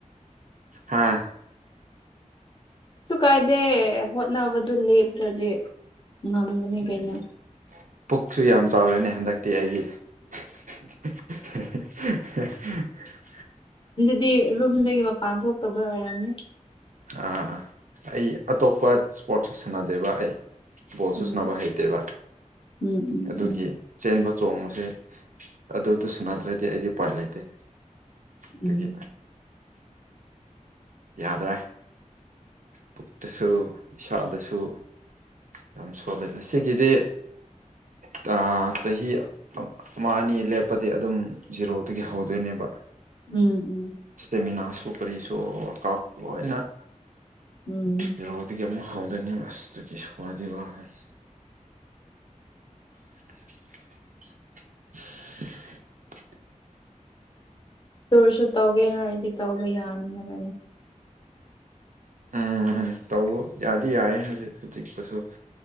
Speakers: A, on the right; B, on the left.
A: ꯍꯥꯥ
B: ꯀꯩꯁꯨ ꯀꯥꯏꯗꯦ ꯍꯣꯠꯅꯕꯗꯨ ꯂꯦꯞꯇ꯭ꯔꯗꯤ ꯉꯝꯒꯅꯤ
A: <unintelligible>
B: ꯀꯩꯅꯣ
A: ꯄꯨꯛꯁꯨ ꯌꯥꯝ ꯆꯥꯎꯔꯦꯅꯦ ꯍꯟꯗꯛꯇꯤ ꯑꯩꯒꯤ <unintelligible>
B: ꯑꯗꯨꯗꯤ ꯔꯨꯝꯗꯒꯤ ꯃꯄꯥꯟ ꯊꯣꯛꯇꯕꯩ ꯑꯣꯏꯔꯝꯅꯤ
A: ꯑ ꯑꯩ ꯑꯇꯣꯞꯄ ꯏꯁꯄꯣꯔꯠꯁ ꯁꯥꯟꯅꯗꯦꯕ ꯑꯩ ꯕꯣꯜ ꯁꯨ
B: ꯎꯝ
A: ꯁꯥꯟꯅꯕ ꯍꯩꯇꯦꯕ
B: ꯎꯝ ꯎꯝ
A: ꯑꯗꯨꯒꯤ ꯆꯦꯟꯕ ꯆꯣꯡꯕꯖꯦ ꯑꯗꯨꯗ ꯁꯥꯟꯅꯗ꯭ꯔꯗꯤ ꯑꯩꯗꯤ ꯎꯄꯥꯏ ꯂꯩꯇꯦ ꯑꯗꯨꯒꯤ
B: ꯎꯝ
A: ꯌꯥꯗ꯭ꯔꯦ ꯄꯨꯛꯇꯁꯨ ꯏꯁꯥꯗꯁꯨ ꯌꯥꯝ ꯁꯣꯜꯂꯦꯗ ꯁꯤꯒꯤꯗꯤ
B: <unintelligible>
A: <unintelligible> ꯆꯍꯤ ꯑꯃ ꯑꯅꯤ ꯂꯦꯞꯄꯗꯤ ꯑꯗꯨꯝ ꯖꯤꯔꯣꯗꯒꯤ ꯍꯧꯗꯣꯏꯅꯦꯕ
B: ꯎꯝ ꯎꯝ
A: <unintelligible> ꯀꯔꯤꯁꯨ <unintelligible> ꯂꯣꯏꯅ
B: ꯎꯝ
A: ꯀꯩꯅꫭꯗꯒꯤ ꯑꯃꯨꯛ ꯐꯧꯗꯩꯅꯦꯕ ꯑꯁ ꯑꯗꯨꯨꯒꯤ ꯁ꯭ꯋꯥꯗꯤ ꯋꯥꯕꯅꯤ <inaudible>
B: ꯇꯧꯔꯁꯨ ꯇꯧꯒꯦ ꯍꯥꯏꯔꯗꯤ ꯇꯧꯕ ꯌꯥꯅꯤꯅ ꯀꯩꯅꫭ
A: ꯎꯝ ꯎꯝ ꯇꯧꯕ ꯌꯥꯗꯤ ꯌꯥꯏ ꯍꯧꯖꯤꯛ ꯍꯧꯖꯤꯛꯄꯨꯁꯨ